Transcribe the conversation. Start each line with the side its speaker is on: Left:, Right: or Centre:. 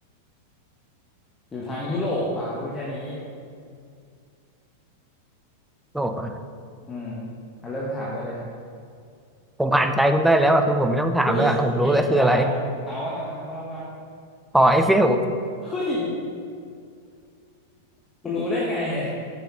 Left: อยู่ทางยุโรปอ่ะพูดแค่นี้
Centre: โลภอ่ะ
Left: อืมอ่ะเริ่มถามได้เลยครับ
Centre: ผมอ่านใจคุณได้แล้วอ่ะคือผมไม่ต้องถามแล้วอะผมรู้แล้วคืออะไร
Left: อุ้ย <laughs> บ้าแล้วเอาว่ามาว่ามา
Centre: <laughs> หอไอเฟล
Left: เฮ้ยคุณรู้ได้ไงเนี่ย